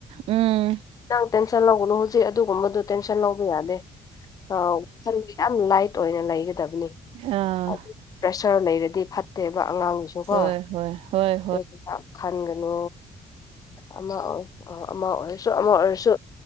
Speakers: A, on the right; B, on the left.
A: ꯎꯝ
B: ꯅꯪ ꯇꯦꯟꯁꯟ ꯂꯧꯕꯅꯨ ꯍꯧꯖꯤꯛ ꯑꯗꯨꯒꯨꯝꯕꯗꯨꯣ ꯇꯦꯟꯁꯟ ꯂꯧꯕ ꯌꯥꯗꯦ ꯑ ꯌꯥꯝ ꯂꯥꯏꯠ ꯑꯣꯏꯅ ꯂꯩꯒꯗꯕꯅꯤ
A: ꯑꯥ
B: ꯍꯥꯏꯗꯤ ꯄ꯭ꯔꯦꯁꯔ ꯂꯩꯔꯗꯤ ꯐꯠꯇꯦꯕ ꯑꯉꯥꯡꯒꯤꯁꯨ
A: ꯍꯣꯏ
B: ꯀꯣ
A: ꯍꯣꯏ ꯍꯣꯏ
B: <inaudible> ꯈꯟꯒꯅꯨ ꯑꯃ ꯑꯣꯏ ꯑꯃ ꯑꯣꯏꯔꯁꯨ ꯑꯃ ꯑꯣꯏꯔꯁꯨ